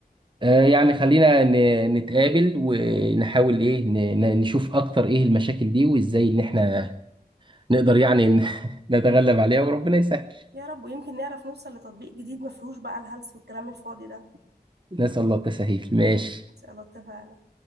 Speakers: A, on the right; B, on the right.
A: آه يعني خلينا ن- نتقابل ونحاول ايه ن- ن- نشوف اكتر ايه المشاكل دي وازاي ان احنا نقدر يعني ن- <laughs> نتغلب عليها وربنا يسهل
B: يا رب ويمكن نعرف نوصل لتطبيق جديد ما فيهوش بقى الهلس والكلام الفاضي ده
A: نسأل الله التسهيل ماشي
B: ان شاء الله اتفقنا